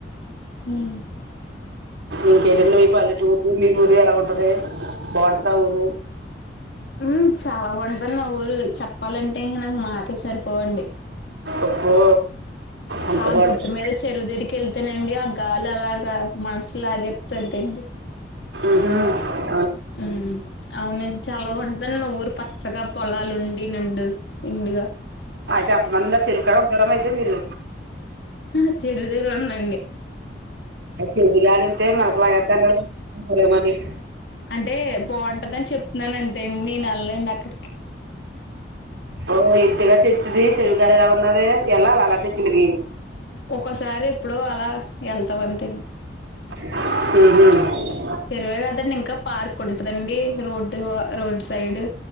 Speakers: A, on the left; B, on the right.
A: ఉమ్
B: ఇంకేంటండి మీ పల్లెటూరు మీ ఊరు ఎలా ఉంటది బాగుంటద ఊరు
A: ఉమ్ చాలా బాంటదండి మా ఊరు చెప్పాలంటే ఇంగా నాకు మాటలు సరిపోవండి
B: అబ్బో అంత
A: ఆ
B: బాగుంటది
A: గుట్ట మీద చెరువు దేరి కెళ్తానండి ఆ గాలి అలాగా మనసులాగెతుందండి
B: ఆహా
A: మ్మ్ అవునండి చాలా బాగుంటందడి మా ఊరు పచ్చగా పొలాలు ఉండి నిండు నిండుగా
B: అయితే ఆఫ్టర్నూన్ చెరువు కాడా ఉంటార అయితే మీరు
A: ఆ చెల్ దగ్గర ఉన్నాయండీ
B: అ శివుగాలంతే మనసులాగేద్దన్నేమని
A: అంటే బాగుంటదిని చెప్తున్నాను అంతేండి నేను నలండి అక్కడికి
B: ఓ ఇంతగా తెతుది చెరువు గలి ఎలా ఉన్న ఎల్లా అలా అలాంటిది కిలికి
A: ఒకసారి ఇప్పుడు అలా వెళ్తాం అంతే
B: ఆహా
A: చెరివే కదండి ఇంకా పార్క్ ఉంటదండి రోడ్ రోడ్డు సైడ్